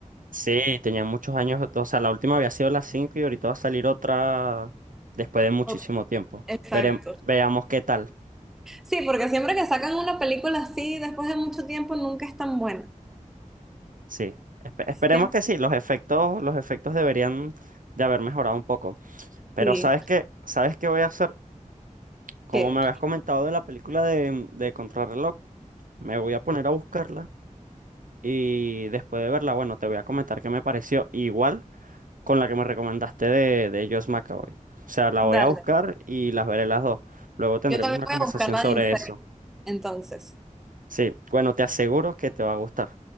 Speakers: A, on the right; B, in the centre.
A: Sí, tenían muchos años, o sea, la última había sido la 5 y ahorita va a salir otra después de muchísimo
B: Ot-
A: tiempo.
B: Exacto.
A: Veremos, veamos qué tal.
B: Sí, porque siempre que sacan una película así, después de mucho tiempo, nunca es tan buena.
A: Sí, espe- esperemos
B: Siempre.
A: que sí, los efectos, los efectos deberían de haber mejorado un poco. Pero
B: Sí.
A: ¿sabes qué? ¿Sabes qué voy a hacer? Como
B: ¿Qué?
A: me habías comentado de la película de, de Contrarreloj, me voy a poner a buscarla y después de verla, bueno, te voy a comentar qué me pareció igual con la que me recomendaste de, de Josh McAvoy. O sea, la
B: Dale.
A: voy a buscar y las veré las dos. Luego tendremos
B: Yo también
A: una
B: voy
A: conversación
B: a buscar la
A: sobre
B: de Insect.
A: eso.
B: Entonces.
A: Sí, bueno, te aseguro que te va a gustar.